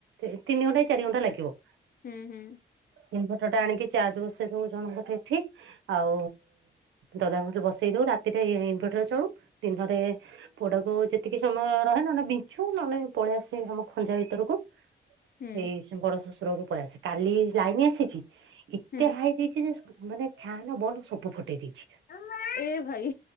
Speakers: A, on the right (about 85°); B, on the left (about 50°).
A: ତିନି ଘଣ୍ଟା ଚାରି ଘଣ୍ଟା ଲାଗିବ-
B: ହୁଁ ହୁଁ
A: ଇନଭଟର ଟା ଆଣିକି ଚାଜ ବସେଇ ଦବଉ ଜଣଙ୍କଠ ଏଠି। ଆଉ ଦାଦଙ୍ଗରେ ବସେଇ ଦଉ ରାତିରେ ଇନଭଟର ଚଳୁ ଦିନରେ ପୁଅଟାକୁ ଯେତିକି ସମୟ ରହେ ନ ନେଲେ ବିଛୁ ନହେଲେ ପଳେଇ ଆସେ ଆମ ଖଞ୍ଜା ଭିତରକୁ
B: ହୁଁ
A: ଏଇ ବଡ ଶ୍ୱଶୁର ଘରକୁ ପଳେଇ ଆସେ କାଲି ଲାଇନ ଆସିଛି- ଏତେ
B: ହୁଁ
A: ହାଇ ଦେଇଛି ଯେ ମାନେ ଫ୍ୟାନ ବଲ ସବୁ ଫୁଟେଇ ଦେଇଛି।
B: ମାମା ଏ ଭାଇ